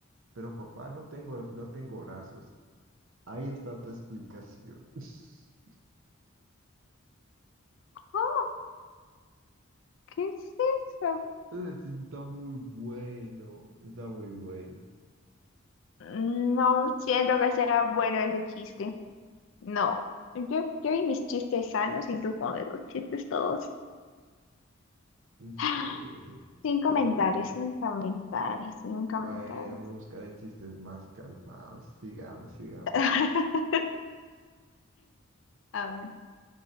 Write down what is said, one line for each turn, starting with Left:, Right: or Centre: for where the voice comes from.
Right: Pero papá, no tengo, no tengo brazos. Ahí está tu explicación. <laughs>
Left: Oh, ¿qué es eso?
Right: Ese chiste Está muy bueno, está muy bueno.
Left: Mm, No siento que sea bueno ese chiste. No, yo, yo y mis chistes sanos y tú con los chistes todos. <gasps>
Right: Sí,
Left: <sighs> Sin comentarios,
Right: pero bueno.
Left: sin comentarios, sin comentarios.
Right: Bueno, me buscaré chistes más calmados. Sigamos, sigamos.
Left: <laughs> A ver.